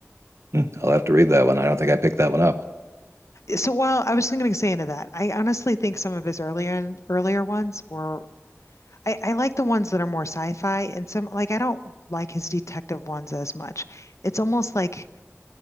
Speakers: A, on the right; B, on the left.
A: hmm I'll have to read that one. I don't think I picked that one up.
B: So while I was going to say into that, I honestly think some of his earlier earlier ones were. I, I like the ones that are more sci-fi and some like I don't like his detective ones as much. It's almost like